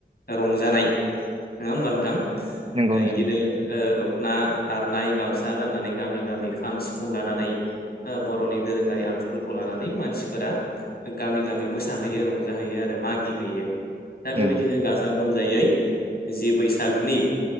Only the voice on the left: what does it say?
रंजानाय नोङा होमबा नोंथां?
ओ
इदिनो
ओ द ना खारनाय गामसा गाननानै गामि गामि खाम सिफुं लानानै बर'नि दोरोङारि आगजुफोरखौ लानानै मानसिफोरा गामि गामि मोसाहैयो रंजाहैयो आरो मागिहैयो। दा बेबायदिनो
गाजा गोमजायै जि बैसागनि